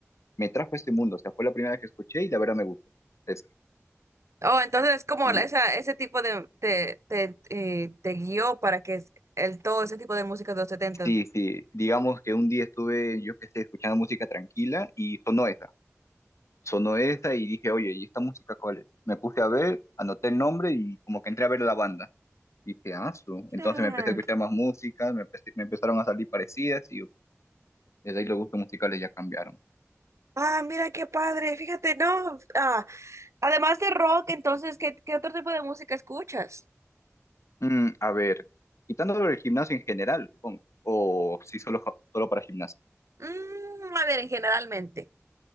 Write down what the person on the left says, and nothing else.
me trajo a este mundo. O sea, fue la primera que escuché y la verdad me gustó. Es-
sí,
sí, sí. Digamos que un día estuve, yo qué sé, escuchando música tranquila y sonó esa. sonó esa y dije, oye, ¿y esta música cuál es? Me puse a ver, anoté el nombre y como que entré a ver la banda. Y dije, ah, su. Entonces
me empecé a
escuchar más música, me, empecé- me empezaron a salir parecidas y desde ahí los gustos musicales ya cambiaron.
Mm, a ver, quitándolo del gimnasio en general, supongo. O si solo, ja- solo para gimnasio.